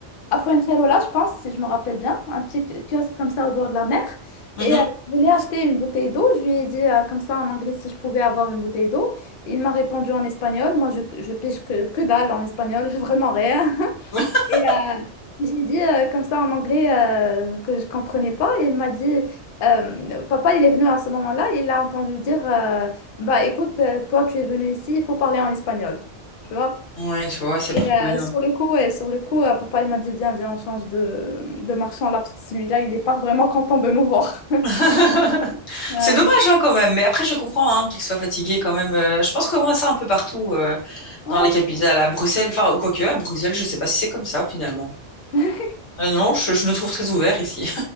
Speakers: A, on the left; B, on the left.
A: à Fuengirola, je pense, si je me rappelle bien, un petit kiosque comme ça au bord de la mer.
B: Mhm.
A: Et euh, je voulais acheter une bouteille d'eau. Je lui ai dit euh, comme ça en anglais si je pouvais avoir une bouteille d'eau. Il m'a répondu en espagnol. Moi, je, je pige que, que dalle en espagnol, <laughs> vraiment rien.
B: <laughs>
A: Et euh, j'ai dit euh, comme ça en anglais euh, que je comprenais pas. Et il m'a dit, euh, papa, il est venu à ce moment-là. Il a entendu dire, euh, bah écoute, euh, toi, tu es venu ici, il faut parler en espagnol. Tu vois?
B: Ouais, tu vois, c'est
A: Et
B: pas
A: euh,
B: cool. non.
A: sur le coup, et sur le coup euh, papa il m'a dit, viens, viens, on change de, de marchand là, parce que celui-là, il n'est pas vraiment content de nous voir.
B: <laughs>
A: Ouais.
B: C'est dommage hein, quand même, mais après je comprends hein, qu'il soit fatigué quand même. Euh, je pense qu'on a ça un peu partout euh,
A: Ouais,
B: dans les capitales,
A: je comprends.
B: à Bruxelles, enfin quoique à Bruxelles, je sais pas si c'est comme ça finalement.
A: <laughs>
B: Euh, non, je, je le trouve très ouvert ici.